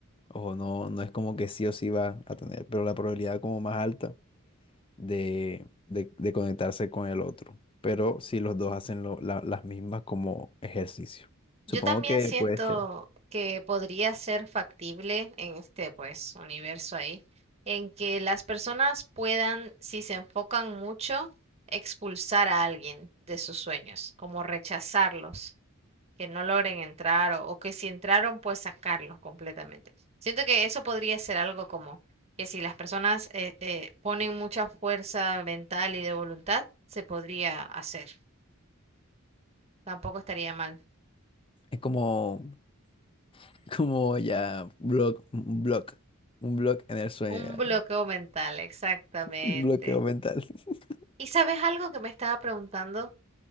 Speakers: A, on the left; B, on the right.
A: ojo, no, no es como que sí o sí va a tener, pero la probabilidad como más alta de, de- de conectarse con el otro. Pero si los dos hacen lo- la- las mismas como ejercicio. Supongo
B: Yo también
A: que
B: siento
A: puede ser.
B: que podría ser factible en este, pues, universo ahí, en que las personas puedan, si se enfocan mucho, expulsar a alguien de sus sueños, como rechazarlos. que no logren entrar o, o que si entraron, pues sacarlos completamente. Siento que eso podría ser algo como que si las personas eh, eh, ponen mucha fuerza mental y de voluntad, se podría hacer. Tampoco estaría mal.
A: Es como, <laughs> como ya blog, un blog, un blog en el sueño,
B: Un
A: ya,
B: bloqueo mental, exactamente.
A: un bloqueo mental. <laughs>
B: ¿Y sabes algo que me estaba preguntando?